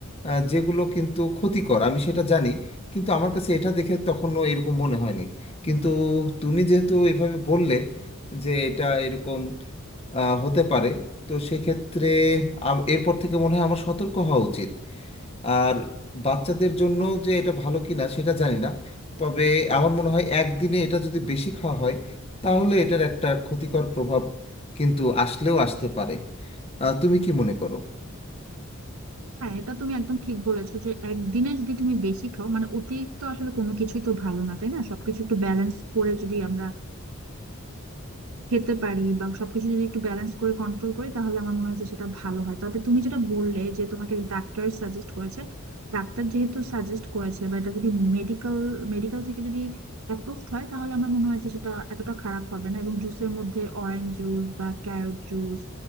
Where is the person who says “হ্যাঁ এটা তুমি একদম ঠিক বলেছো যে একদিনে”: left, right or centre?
Right